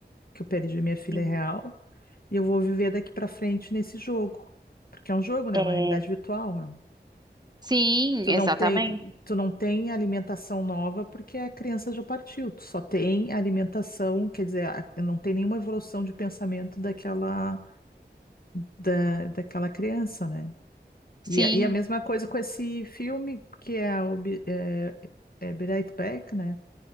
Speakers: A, on the left; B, on the right.
A: que eu perdi minha filha
B: Sim.
A: real, e eu vou viver daqui pra frente nesse jogo. Porque é um jogo, né?
B: É.
A: É uma realidade virtual. né?
B: Sim,
A: Tu
B: exatamente.
A: não tem, tu não tem alimentação nova porque a criança já partiu. Tu só tem alimentação, quer dizer, a- não tem nenhuma evolução de pensamento daquela da, daquela criança, né?
B: Sim,
A: E, a- e a mesma coisa com esse filme que é, o, Be- é, é Be Right Back, né?